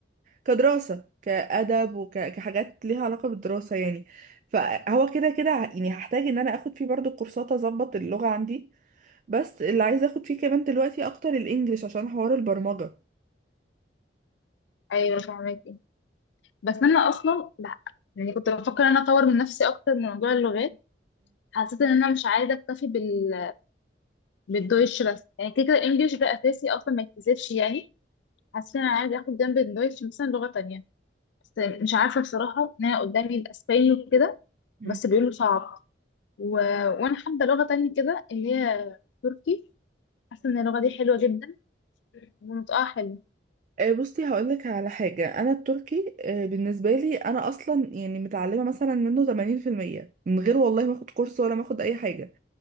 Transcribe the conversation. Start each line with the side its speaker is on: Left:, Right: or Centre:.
Right: كدراسة كأدب وكحاجات ليها علاقة بالدراسة يعني فهو كده كده ه- يعني هحتاج ان انا اخد فيه برضو كورسات اظبط اللغة عندي بس اللي عايزة اخد فيه كمان دلوقتي اكتر الانجليش عشان حوار البرمجة
Left: ايوه فهماكي بس انا اصلا لا يعني كنت بفكر ان انا اطور من نفسي اكتر من موضوع اللغات حسيت ان انا مش عايزه اكتفي بال بالدويتش بس يعني كده كده الانجليش ده اساسي اصلا ما يتكسبش يعني حسيت ان انا عايزه اخد جنب الدويتش مثلا لغه تانية بس مش عارفه بصراحه ان انا قدامي الاسباني وكده
Right: امم
Left: بس بيقولوا صعب و... وانا حابه لغه تانية كده اللي هي تركي حاسه ان اللغه دي حلوه جدا ونطقها حلو
Right: آه، بصي هقولك على حاجة أنا التركي آه، بالنسبة لي أنا أصلا يعني متعلمة مثلا منه 80% من غير والله ما أخد كورس ولا ما أخد أي حاجة